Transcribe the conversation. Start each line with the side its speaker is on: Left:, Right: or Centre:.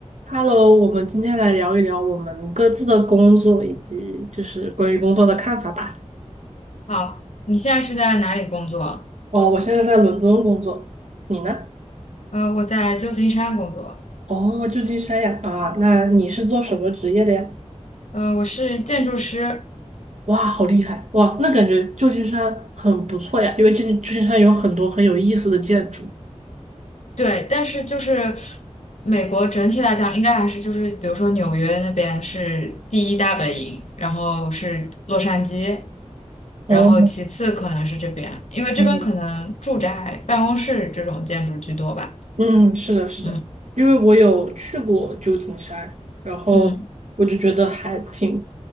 Right: Hello，我们今天来聊一聊我们各自的工作以及就是关于工作的看法吧。
Left: 好，你现在是在哪里工作？
Right: 哦，我现在在伦敦工作，你呢？
Left: 呃，我在旧金山工作。
Right: 哦，旧金山呀，啊，那你是做什么职业的呀？
Left: 呃，我是建筑师。
Right: 哇，好厉害！哇，那感觉旧金山很不错呀，因为旧金旧金山有很多很有意思的建筑。
Left: 对，但是就是美国整体来讲，应该还是就是，比如说纽约那边是第一大本营，然后是洛杉矶，
Right: 哦，
Left: 然后其次可能是这边，因为这边可能住宅、
Right: 嗯，
Left: 办公室这种建筑居多吧。
Right: 嗯，是的，是的，
Left: 嗯
Right: 因为我有去过旧金山，然后我就觉得还挺
Left: 嗯，